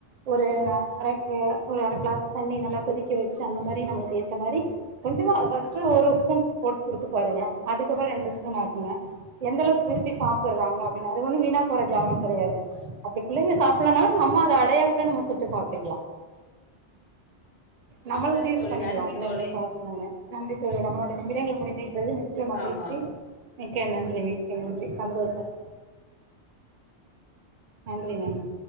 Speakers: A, on the right (about 55°); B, on the left (about 45°).
A: ஒரு அரைக்கு ஒரு அர கிளாஸ் தண்ணி நல்லா கொதிக்க வச்சு அந்த மாரி நம்ளுக்கு ஏத்த மாரி கொஞ்சமா ஃபஸ்ட்டு ஒரு ஸ்பூன் போட் குடுத்து பாருங்க அதுக் கப்றோ ரெண்டு ஸ்பூன் ஆக்குங்க எந்த அளவுக்கு விரும்பி சாப்புட்றாங்க அப்டின்னு அது ஒன்னு வீணா போற ஜாமான் கெடையாது அப்டி புள்ளைங்க சாப்பல்லனாலு நம்ம அத அடையா கூட நம்ம சுட்டு சாப்ட்டுக்லா நம்மளுக்கு
B: சரி
A: யூஸ்
B: தோழி
A: பண்ணிக்கலா
B: நன்றி
A: பிள்ளைங்க
B: தோழி
A: சாப்டுவாங்க நன்றி தோழி நம்மளோட நிமிடங்கள் முடிந்து விட்டது நி்ச்சயமாக
B: ஆமா
A: மிக்க நன்றி மிக்க நன்றி சந்தோஷம் நன்றி நன்றி